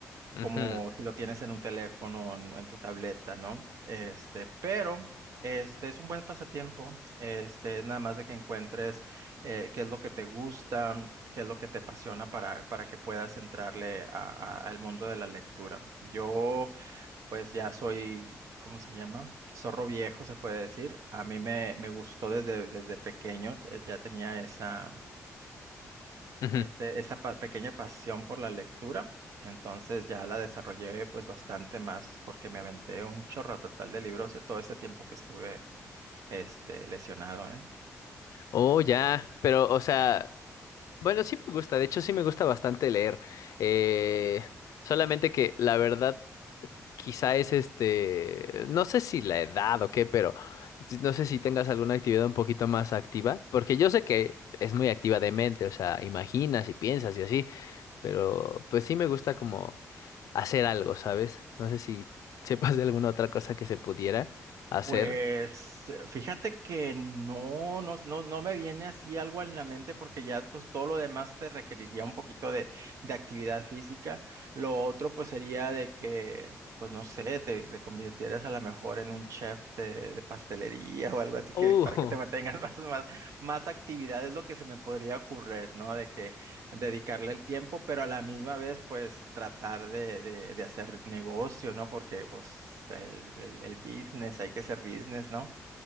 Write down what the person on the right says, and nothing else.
como si lo tienes en un teléfono, en, en tu tableta, ¿no? Este, pero este es un buen pasatiempo. Este, es nada más de que encuentres eh, qué es lo que te gusta, qué es lo que te apasiona para, para que puedas entrarle a- a- al mundo de la lectura. Yo, pues ya soy, ¿cómo se llama? Zorro viejo, se puede decir. A mí me, me gustó desde, desde pequeño, eh, ya tenía esa,
este, esa pa- pequeña pasión por la lectura. Entonces ya la desarrollé pues bastante más porque me aventé un chorro total de libros de todo ese tiempo que estuve este, lesionado, ¿eh?
Pues eh, fíjate que no, no, no, no me viene así algo en la mente porque ya pues todo lo demás te requeriría un poquito de, de actividad física. Lo otro pues sería de que, pues no sé, te, te convirtieras a lo mejor en un chef de, de pastelería <laughs> o algo así
que para que te mantengas
<laughs> más, más, más actividad es lo que se me podría ocurrir, ¿no? De que dedicarle el tiempo, pero a la misma vez, pues tratar de, de, de hacer negocio, ¿no? Porque pues el, el, el business, hay que ser business, ¿no?